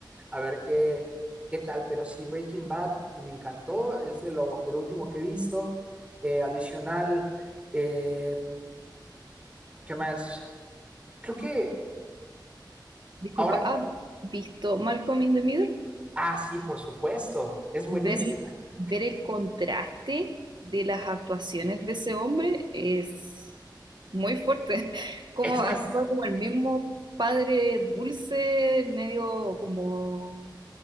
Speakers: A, on the right; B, on the right.
A: a ver qué, qué tal. Pero sí, Breaking Bad me encantó, es de lo, de lo último que he visto. Eh, adicional, eh, ¿qué más? Creo que
B: Disculpa,
A: ahora,
B: ¿has visto Malcolm in the Middle?
A: ah, sí, por supuesto, es buenísima.
B: ver,
A: <laughs>
B: ver el contraste de las actuaciones de ese hombre es muy fuerte. <laughs> Como
A: Es más,
B: actúa como el mismo padre dulce, medio como